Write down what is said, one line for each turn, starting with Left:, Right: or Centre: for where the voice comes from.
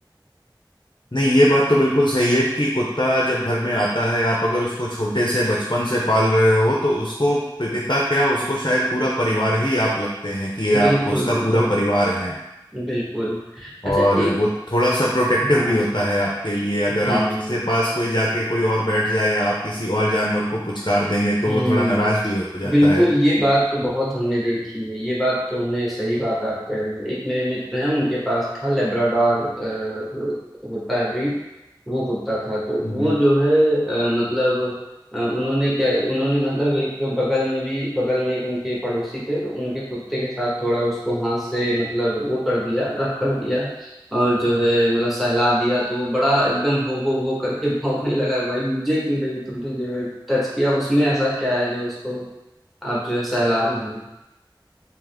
Left: नहीं ये बात तो बिल्कुल सही है कि कुत्ता जब घर में आता है आप अगर उसको छोटे से बचपन से पाल रहे हो तो उसको पि- पिता क्या उसको शायद पूरा परिवार ही आप लगते हैं कि
Centre: बिल्कुल
Left: आप उसका
Centre: बिल्कुल
Left: पूरा परिवार हैं
Centre: बिल्कुल अच्छा
Left: और
Centre: एक
Left: वो थोड़ा सा प्रोटेक्टिव
Centre: हाँ हाँ
Left: भी होता है आपके लिए अगर
Centre: हम्म
Left: आपके पास कोई जाके कोई और बैठ जाए या आप किसी और जानवर को पुचकार देंगे तो
Centre: हम्म
Left: वो थोड़ा नाराज भी हो जाता
Centre: बिल्कुल
Left: है
Centre: ये बात तो बहुत हमने देखी है ये बात तो हमने सही बात आप कह रहे हैं एक मेरे मित्र हैं उनके पास था लेब्राडोर अ, जो होता है ब्रीड वो कुत्ता था तो
Left: हम्म
Centre: वो जो है अ, मतलब अ, उन्होंने क्या उन्होंने मतलब एक बगल में भी बगल में एक उनके पड़ोसी थे तो उनके कुत्ते के साथ थोड़ा उसको हाथ से मतलब वो कर दिया रफ कर दिया और जो है मतलब सहला दिया तो वो बड़ा एकदम हो वो वो करके <laughs> भौंकने लगा भाई मुझे क्यों नहीं तुमने जो है टच किया उसमें ऐसा क्या है जो उसको आप जो है सहला रहे हो